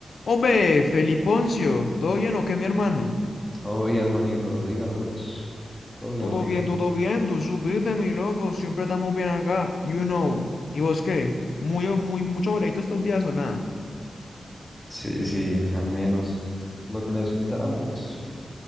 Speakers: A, on the left; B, in the centre.
A: Hombre, Feliponcio, ¿todo bien o qué, mi hermano?
B: Todo bien, hermanito, dígalo pues. Todo bien,
A: Todo
B: ok.
A: bien, todo bien, tú supiste, mi loco, siempre estamos bien acá, you know. ¿Y vos qué? Muy, muy, mucho boleto estos días o nada.
B: Sí, sí, al menos lo que necesitamos.